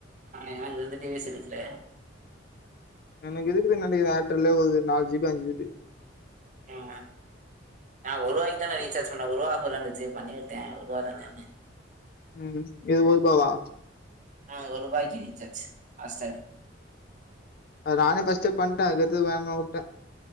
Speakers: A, on the right; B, on the left.
A: ஆ எனக்கு ரெண்டு டிரஸ் எடுக்கல.
B: எனக்கு இருக்குது நெனேக்கிறே ஏர்டெல்ல ஒரு நாலு ஜி பி அஞ்சி ஜி பி.
A: இவ்ங்க நா ஒருவாக்கி தானே ரிசார்ஜ் பண்ணே ஒருவா ஆஃபர் வந்துச்சு பண்ணிவுட்டே ஒருவா தானேன்னு
B: ம் இது ஒருபாவா
A: ஆ ஓரு ரூபாய்க்கு ரிசார்ஜ் ஹாட்ஸ்டாரு
B: அது நானே பஸ்ட்டு பண்ட்டே அதுக்கத்து வேணனான் உட்டே